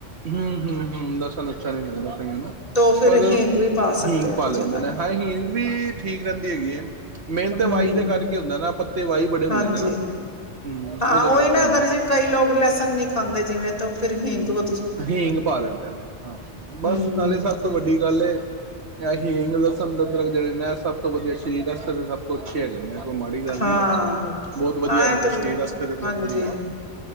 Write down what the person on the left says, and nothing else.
ਤੋ ਫਿਰ
ਹਿੰਗ ਵੀ ਪਾ ਸਕਦੇ
ਆ ਉਹਦੀ
ਜਗ੍ਹਾ
ਹਮ
ਹਾਂਜੀ
ਹਾਂ!
ਉਹੀ
ਨਾ
ਅਗਰ, ਜੇ ਕਈ ਲੋਕ, ਲੈਹਸਨ ਨੀ ਖਾਂਦੇ ਜਿਵੇਂ, ਤਾਂ ਉਹ, ਫਿਰ ਹਿੰਗ ਵ
ਹਮ
ਹਾਂ
ਹਾਂ
ਇਹ ਤੇ
ਹਾਂਜੀ